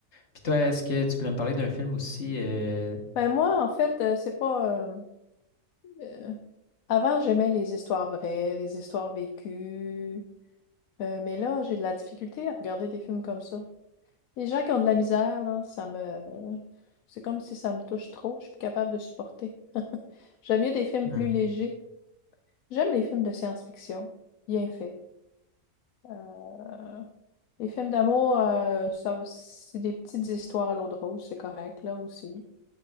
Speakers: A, on the left; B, on the left.
A: Puis toi, est-ce que tu voulais me parler d'un film aussi? euh,
B: Ben moi, en fait, euh, c'est pas... euh, euh, Avant, j'aimais les histoires vraies, les histoires vécues. Euh, mais là, j'ai de la difficulté à regarder des films comme ça. Les gens qui ont de la misère, là, ça me... C'est comme si ça me touche trop, je suis plus capable de supporter. <laughs> J'aime mieux des films
A: hmm.
B: plus légers. J'aime les films de science-fiction, bien faits. Euh, les films d'amour, euh, ça- c'est des petites histoires à l'eau de rose, c'est correct, là aussi.